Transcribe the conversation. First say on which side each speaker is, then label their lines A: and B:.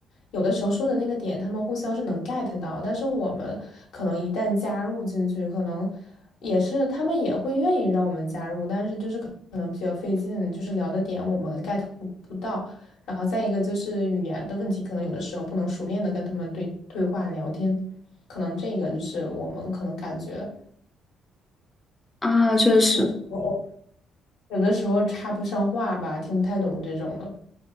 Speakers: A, on the left; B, on the left.
A: 有的时候说的那个点，他们互相是能 get 到，但是我们可能一旦加入进去，可能也是他们也会愿意让我们加入，但是就是可可能比较费劲，就是聊的点我们 get 不不到，然后再一个就是语言的问题，可能有的时候不能熟练的跟他们对对话聊天，可能这个就是我们可能感觉
B: <laughs> 啊，确实，
A: 就有的时候插不上话吧，听不太懂这种的。